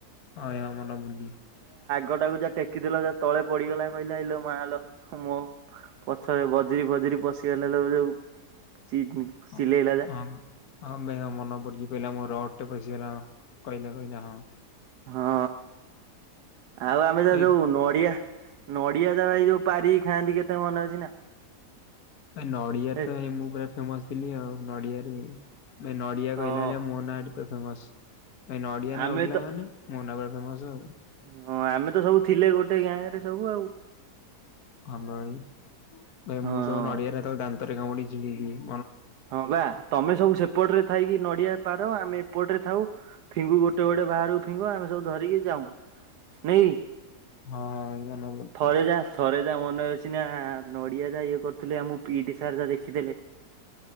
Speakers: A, on the left; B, on the right.
A: ଆୟା ମନେ ପଡୁନି।
B: ଗଟାକୁ ଯା ଟେକିଦେଲ ଯା ତଳେ ପଡିଗଲା। କହିଲା ଇଲୋ ମାଲୋ ମୋ ପଛରେ ବଜିରି ଫଜିରି ପଶିଗଲା ଲୋ ଯୋଉ। ଚି
A: ହ
B: ଚିଲେଇଲା ଯା।
A: ହଁ ହମେୟ ମନେ ପଡିଚି। କହିଲା ମୋର ରଡ୍ ଟେ ପସିିଗଲା। କହିଲା କହିଲା ହଁ।
B: ହଁ। ଆଉ ଆମେ ଯା
A: ଭାଇ
B: ଯୋଉ ନଡିଆ ନଡିଆ ଯା ଏଇ ଯୋଉ ପାରିକି ଖାଆଁନ୍ତି କେତେ ମନେ ଅଚି ନା।
A: ନଡିଆରେ
B: ଏ
A: ତ ଏଇ ମୁଁ ପୁରା ଫେମସ ଥିଲି ଆଉ। ନଡିଆରେ। ନଡିଆ
B: ହଁ
A: କହିଲା ଅଳିଆ ମୋ ନାରେ। କେତେ ଫେମସ। ଏ ନଡିଆ ନା
B: ଆମେ
A: ଉଠିଲା
B: ତ
A: ମାନେ ମୋ ନାଆଁ ପୁରା ଫେମସ ଆଉ।
B: ହଁ ଆମେ ତ ସବୁ ଥିଲେ ଗୋଟେ ଗ୍ୟାଙ୍ଗରେ ସବୁ ଆଉ।
A: ହଁ ଭାଇ ଭାଇ
B: ହଁ।
A: ମୁଁ ସବୁ ନଡିଆରେ ତାକୁ ଦାନ୍ତ ଦାନ୍ତରେ କାମୁଡିକି ଜିବି ଜିବି।
B: ହଁ ବା ତମେ ସବୁ ସେପଟରେ ଥାଇକି ନଡିଆ ପାର ଆମେ ଏପଟରେ ଥାଉ ଫିଙ୍ଗୁ ଗୋଟେ ଗୋଟେ ବାହାରକୁ ଫିଙ୍ଗୁ। ଆମେ ସବୁ ଧରିକି ଯାଉ ନାକି।
A: ହଁ। ମନେ ପଡୁଛି
B: ଥରେ ଯା ଥରେ ଯା ମନେ ଅଛି ନା ନଡିଆ ଯା ଇଏ କରୁଥିଲେ। ଆମ ପିଇଟି ସାର ଯା ଦେଖିଦେଲେ।